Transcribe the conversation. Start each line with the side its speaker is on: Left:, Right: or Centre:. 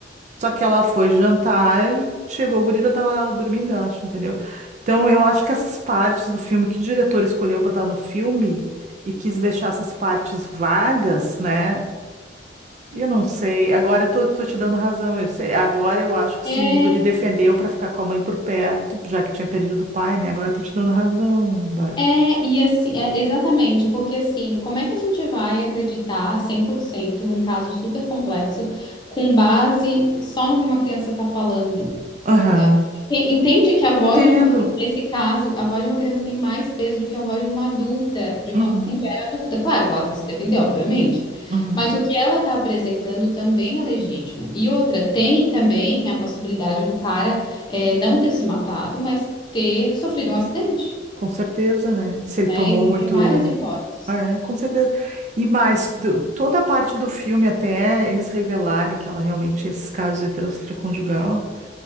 Right: Só que ela foi jantar e chegou, o guri já tava dormindo, eu acho, entendeu? Então eu acho que essas partes do filme que o diretor escolheu botar no filme e quis deixar essas partes vagas, né? Eu não sei. Agora eu tô, tô te dando razão. Eu sei. Agora eu acho que
Left: É,
Right: sim, o guri defendeu pra ficar com a mãe por perto, já que tinha perdido o pai, né? Agora eu tô te dando razão, Bárbara.
Left: é, e assim, é, exatamente, porque assim, como é que a gente vai acreditar 100% num caso super complexo com base só no que uma criança está falando?
Right: Aham.
Left: é, entende que a voz
Right: Entendo.
Left: de uma, nesse caso, a voz de uma criança tem mais peso do que a voz de uma adulta, de uma
Right: Uhum,
Left: mulher adulta. Claro que ela quer se defender, obviamente,
Right: uhum.
Left: mas o que ela está apresentando também é legítimo. E outra, tem também a possibilidade do cara é, não ter se matado, mas ter sofrido um acidente,
Right: Com certeza, né? Se ele
Left: né?
Right: tomou
Left: Existem
Right: muito.
Left: várias hipóteses.
Right: É, com certeza. E mais, do- toda a parte do filme, até eles revelarem que ela realmente tinha esses casos de extraconjugal.